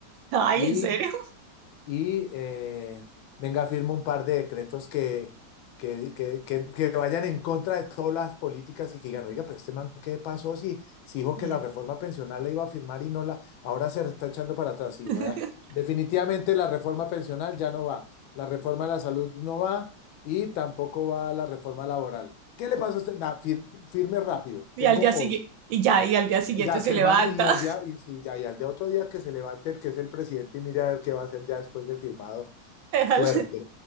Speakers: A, on the right (about 75°); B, on the left (about 75°).
A: Ay,
B: y
A: ¿en serio?
B: y eh, venga, firma un par de decretos que, que, que- que- que vayan en contra de todas las políticas y que digan, oiga, pero este man, ¿qué pasó si, si dijo que
A: Ele-
B: la reforma pensional la iba a firmar y no la, ahora se está echando para atrás? Sí,
A: <laughs>
B: voy a- definitivamente la reforma pensional ya no va, la reforma de la salud no va y tampoco va la reforma laboral. ¿Qué le pasa a usted? Nah, fir- firme rápido,
A: Y
B: tengo
A: al día
B: hoy.
A: siguiente, y ya, y al día siguiente
B: Ya
A: se
B: que el
A: levanta,
B: man, y al día, y sí, ya, y al de otro día que se levante el que es el presidente y mire a ver qué va a hacer ya después de firmado,
A: <laughs> deja-
B: suerte.